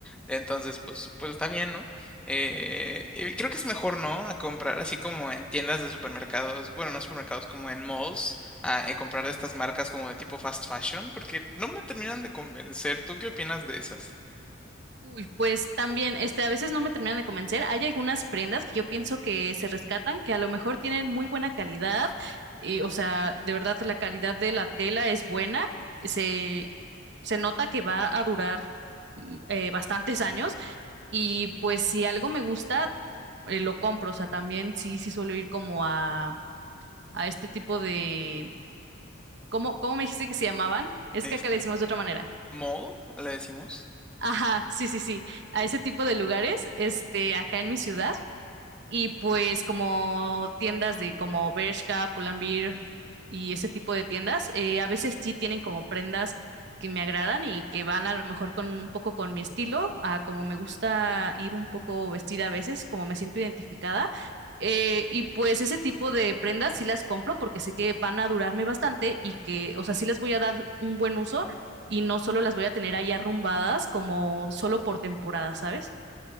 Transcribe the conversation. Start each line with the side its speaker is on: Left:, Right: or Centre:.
Centre: Entonces, pues, pues está bien, ¿no? Eh, y creo que es mejor, ¿no? A comprar así como en tiendas de supermercados, bueno, no supermercados, como en malls, a, eh, comprar de estas marcas como de tipo fast fashion, porque no me terminan de convencer. ¿Tú qué opinas de esas?
Right: Uy, pues también, este, a veces no me terminan de convencer. Hay algunas prendas que yo pienso que se rescatan, que a lo mejor tienen muy buena calidad, eh, o sea, de verdad la calidad de la tela es buena, se, se nota que va a durar mm, eh, bastantes años y pues si algo me gusta, eh, lo compro, o sea, también sí, sí suelo ir como a, a este tipo de, ¿cómo, cómo me dijiste que se llamaban? Es
Centre: Este,
Right: que acá le decimos de otra manera.
Centre: ¿mall? ¿Le decimos?
Right: Ajá, sí, sí, sí, a ese tipo de lugares, este, acá en mi ciudad. Y pues como tiendas de como Bershka, Pull&Bear y ese tipo de tiendas, eh, a veces sí tienen como prendas que me agradan y que van a lo mejor con un poco con mi estilo, a como me gusta ir un poco vestida a veces, como me siento identificada. Eh, y pues ese tipo de prendas sí las compro porque sé que van a durarme bastante y que, o sea, sí les voy a dar un buen uso y no solo las voy a tener ahí arrumbadas como solo por temporada, ¿sabes?